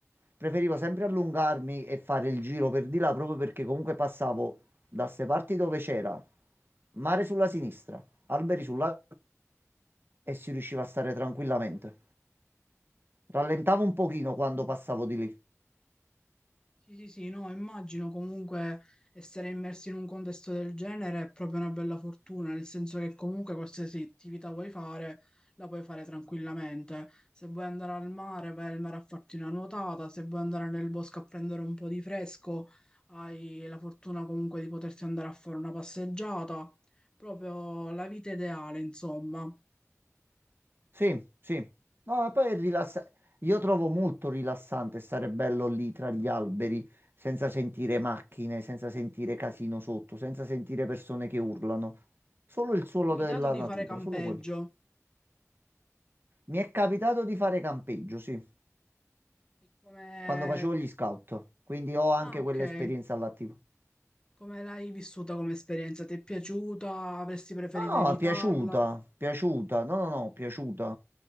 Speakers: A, on the right; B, on the left.
A: preferivo
B: sì.
A: sempre allungarmi e fare il giro per di là proprio perché comunque passavo da ste parti dove c'era mare sulla sinistra, alberi sulla e si riusciva a stare tranquillamente. Rallentavo un pochino quando passavo di lì.
B: Sì, sì, sì, no, immagino comunque essere immersi in un contesto del genere è proprio una bella fortuna, nel senso che comunque qualsiasi attività vuoi fare, la puoi fare tranquillamente. Se vuoi andare al mare, vai al mare a farti una nuotata, se vuoi andare nel bosco a prendere un po' di fresco, hai la fortuna comunque di poterti andare a fare una passeggiata, proprio la vita ideale, insomma.
A: Sì, sì. No, ma poi è rilassa- Io trovo molto rilassante stare bello lì tra gli alberi, senza sentire macchine, senza sentire casino sotto, senza sentire persone che urlano. Solo
B: Mi
A: il
B: è
A: suolo
B: capitato
A: della
B: di
A: natura,
B: fare campeggio,
A: solo quello. Mi è capitato di fare campeggio, sì,
B: e come...
A: quando facevo gli scout, quindi ho anche
B: Ah, ok.
A: quell'esperienza all'attivo.
B: Come l'hai vissuta come esperienza? Ti è piaciuta? Avresti preferito
A: No, no,
B: evitarla?
A: piaciuta, piaciuta, no, no,
B: Ok,
A: no, piaciuta.